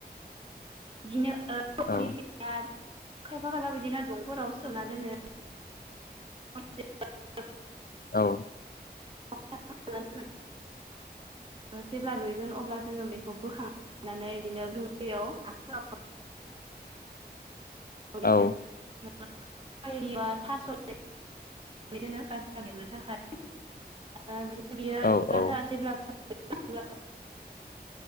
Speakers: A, on the right; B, on the left.
A: बिदिनो ओ
B: औ
A: <unintelligible> खायफा खायफा बिदिनो दंफोराव सोमना दोनो। <unintelligible>
B: औ।
A: <unintelligible> जेब्ला रुइगोन अब्ला जोङो बेखौ बोखांनानै बिदिनो दुंगैयाव <unintelligible>
B: औ
A: <unintelligible> <unintelligible> थास' <unintelligible> दोनो <unintelligible> थाखाय ओ बिदि बियो
B: औ
A: गाजा
B: औ
A: जेब्ला <unintelligible>